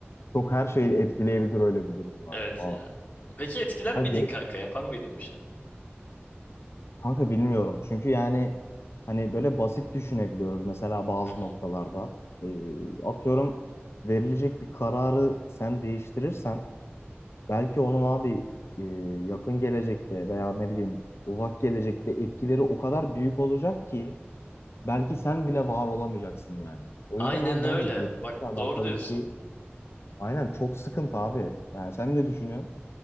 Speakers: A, on the left; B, on the left.
A: Çok her şeyi etkileyebilir öyle bir durumda.
B: Evet
A: Falan.
B: ya. Peki etkiler
A: Ha,
B: miydin
A: ge-
B: kanka? Yapar mıydın bir şey?
A: Kanka bilmiyorum. Çünkü yani hani böyle basit düşünebiliyoruz mesela bazı
B: Hı hı.
A: noktalarda. Eee, atıyorum verilecek bir kararı sen değiştirirsen Belki onun abi e, yakın gelecekte veya ne bileyim uzak gelecekte etkileri o kadar büyük olacak ki belki sen bile var olamayacaksın yani. O
B: Aynen
A: yüzden abi
B: öyle.
A: bence geçmişle
B: Bak
A: alakalı
B: doğru diyorsun.
A: bir şey aynen çok sıkıntı abi. Yani sen ne düşünüyorsun?